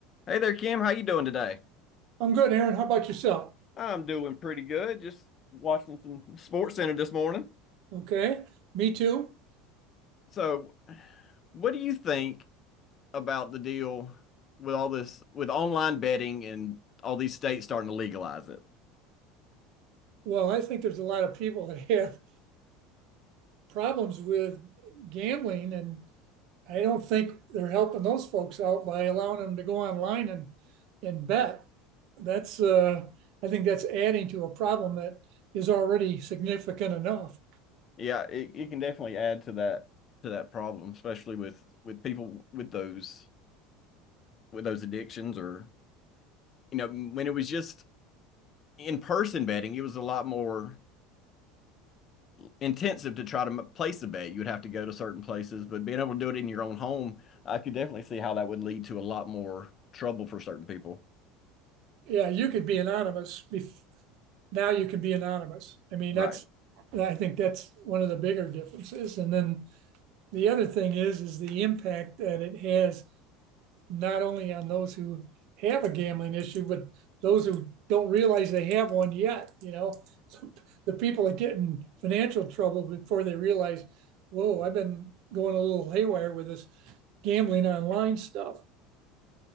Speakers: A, on the left; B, on the right.
A: Hey there, Kim. How you doing today?
B: I'm good, Aaron. How about yourself?
A: I'm doing pretty good. Just watching some Sports Center this morning.
B: Okay. Me too.
A: So, what do you think about the deal with all this with online betting and all these states starting to legalize it?
B: Well, I think there's a lot of people that have problems with gambling, and I don't think they're helping those folks out by allowing them to go online and and bet. That's uh, I think that's adding to a problem that is already significant enough.
A: Yeah, it, it can definitely add to that to that problem, especially with with people with those with those addictions or You know, when it was just in-person betting, it was a lot more intensive to try to place a bet. You would have to go to certain places, but being able to do it in your own home, I could definitely see how that would lead to a lot more trouble for certain people.
B: Yeah, you could be anonymous bef- now you can be anonymous. I mean,
A: Right.
B: that's I think that's one of the bigger differences. And then the other thing is is the impact that it has not only on those who have a gambling issue, but those who don't realize they have one yet. You know, so the people that get in financial trouble before they realize, whoa, I've been going a little haywire with this gambling online stuff.